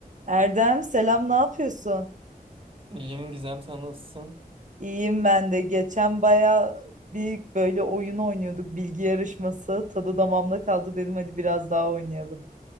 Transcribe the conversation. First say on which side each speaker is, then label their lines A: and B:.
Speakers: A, on the right (about 55°); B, on the right (about 35°).
A: Erdem selam ne yapıyorsun?
B: İyiyim Gizem sen nasılsın?
A: İyiyim ben de. Geçen baya bir böyle oyun oynuyorduk bilgi yarışması. Tadı damağımda kaldı dedim hadi biraz daha oynayalım.